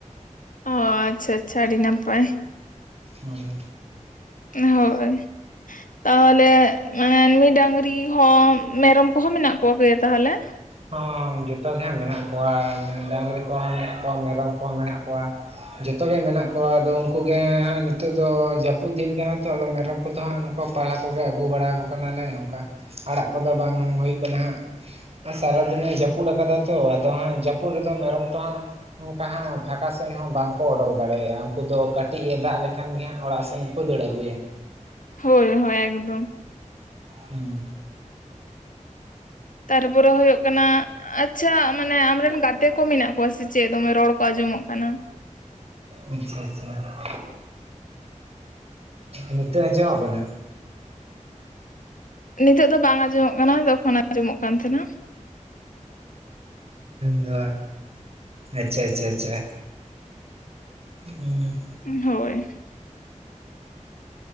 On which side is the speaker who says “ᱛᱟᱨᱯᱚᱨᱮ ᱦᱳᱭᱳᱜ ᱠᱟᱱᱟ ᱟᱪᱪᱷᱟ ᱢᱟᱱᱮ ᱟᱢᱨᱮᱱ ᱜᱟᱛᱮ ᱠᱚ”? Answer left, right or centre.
Left